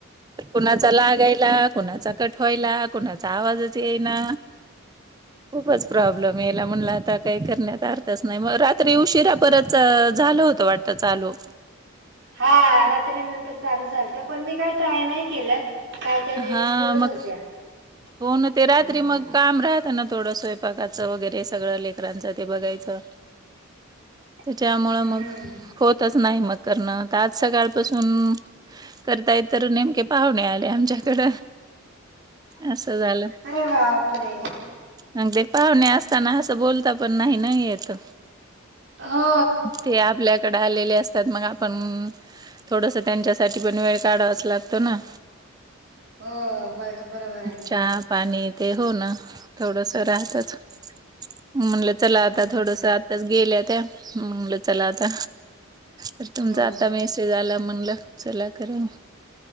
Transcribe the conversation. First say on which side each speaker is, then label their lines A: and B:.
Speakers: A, on the right; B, on the right.
A: कुणाचा लागयला, कुणाचा कट व्हायला, कुणाचा आवाजच येईना.
B: <inaudible>
A: खूपच प्रॉब्लेम यायला, म्हणला आता काही करण्यात अर्थच नाही, म रात्री उशिरा परत च-झालं होतं वाट त चालू.
B: हां रात्री नंतर चालू झालत, पण मी काही ट्राय नाही केलं. काय काय लेडीज
A: हां,
B: बोलत
A: मंग.
B: <inaudible>
A: हो न, ते रात्री मग काम राहतं ना, थोडं स्वयंपाकाचं वगैरे, सगळं लेकरांचं ते बघायचं.
B: <inaudible>
A: त्याच्यामुळं
B: हम्म.
A: मग, होतच नाही मग करणं, त आज सकाळपासून करताय तर नेमके पाहुणे आले, आमच्या कड, असं झालं.
B: अरे बापरे
A: अन ते पाहुणे असताना, असं बोलता पण नाही ना, येत.
B: हो
A: ते आपल्या कडे आलेले असतात, मग आपण, थोडस त्यांच्यासाठी पण, वेळ काढावाच लागतो ना?
B: हो, बर- बरोबर हाय गं
A: चहा
B: ते.
A: पाणी ते, हो ना, थोडस राहतच, म्हनलं
B: त्याच्यामुळे
A: चला आता, थोडस
B: नाही
A: आ आत्ताच गेल्या त्या, म्हणल चला आता, तर
B: हो.
A: तुमचा आता मेसे ते झालं म्हणलं, चला कराव.